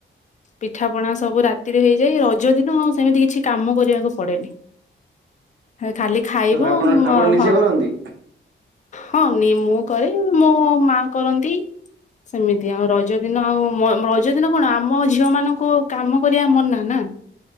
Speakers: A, on the left; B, on the right.
A: ପିଠାପଣା ସବୁ ରାତିରେ ହେଇଯାଏ। ରଜ ଦିନ ଆଉ ସେମିତି କିଛି କାମ କରିବାକୁ ପଡେନି। ଖାଲି ଖାଇବୁ
B: ଆପଣ ଆପଣ ନିଜେ
A: ହଁ
B: କରନ୍ତି?
A: ହଁ ନି ମୁଁ କରେ ମୋ ମା କରନ୍ତି ସେମିତି ଆଉ ରଜ ଦିନ ଆଉ ରଜ ଦିନ କଣ ଆମ ଝିଅ ମାନଙ୍କୁ କାମ କରିବା ମନା ନା